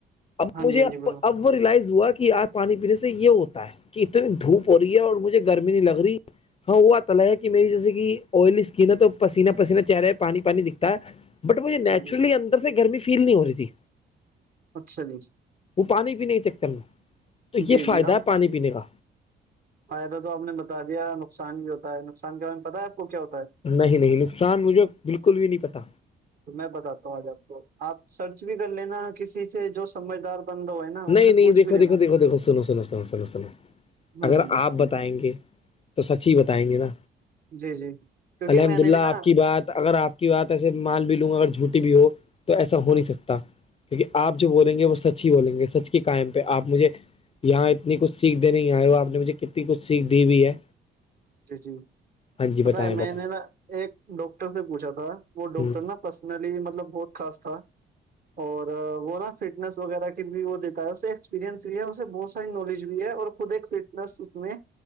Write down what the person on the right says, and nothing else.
ہاں
جی ہاں
جی بر
جی جی
اچھا جی
جی
جی اب
فائدہ تو آپ نے بتا دیا نقصان بھی ہوتا ہے نقصان کے بارے میں پتتا ہے آپ کو کیا ہوتا ہے
تو میں بتاتا ہوں آج آپ کو آپ سرچ بھی کر لینا کسی سے جو سمجھدار بند ہو ہے نا
اس سے
پوچھ
بھی لینا
ہوں
ہوں
جی جی کیونکہ
میں نے
بھی نا
جی جی
پت ہے میں
نے نا ایک ڈاکٹر سے پوچھا تھا وہ ڈاکٹر
نا پرسنلی مطلب بہت خاص تھا اور وہ نا فٹنس وغیرہ کی بھی وہ دیتا ہے اسے ایکسپیریئنس بھی ہے اسے بہت ساری نالج بھی ہے اور خود ایک فٹنس میں